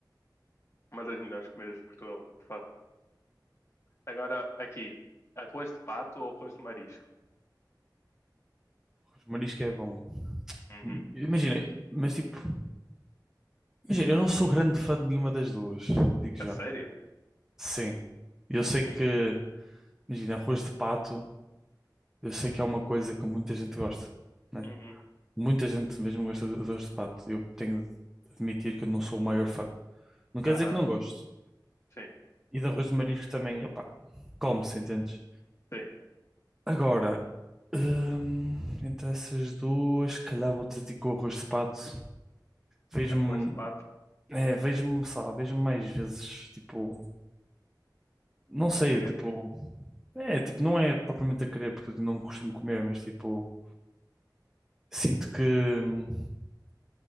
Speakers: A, on the left; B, in the centre.
A: Uma das melhores comidas de Portugal, de fato. Agora aqui. Arroz de pato ou arroz de marisco?
B: Os marisco é bom.
A: Uhum.
B: Imagina, mas tipo, imagina, eu não sou grande fã de nenhuma das duas, digo já.
A: A sério?
B: Sim. Eu sei que,
A: Uhum,
B: imagina, arroz de pato, eu sei que é uma coisa que muita gente gosta, né?
A: uhum.
B: Muita gente mesmo gosta de de arroz de pato. Eu tenho de admitir que eu não sou o maior fã. Não quer
A: Aham,
B: dizer que não gosto.
A: sim,
B: E de arroz de marisco também, opá, come-se, entendes?
A: sim.
B: Agora, hum, entre essas duas, se calhar vou-te dizer que o arroz de pato. Vejo-me,
A: Após pato,
B: é, vejo-me, sei lá, vejo-me mais vezes, tipo, não sei,
A: a querer.
B: tipo, é, tipo, não é propriamente a querer, porque eu não costumo comer, mas tipo, sinto que hum,